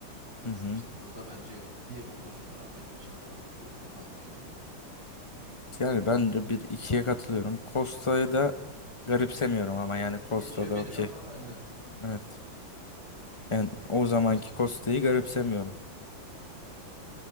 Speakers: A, on the right (about 55°); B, on the left (about 20°).
A: Ya
B: hı
A: üçüncü
B: hı.
A: sırada da bence Diego Costa ya benim içimde o hep bir ukde kalmıştı yani.
B: Yani ben de bir ikiye katılıyorum. Costa'yı da garipsemiyorum ama
A: Değiş-
B: yani Costa
A: değişebilir
B: da okey.
A: ama aynen.
B: Evet. Yani o zamanki Costa'yı garipsemiyorum.
A: Tabii.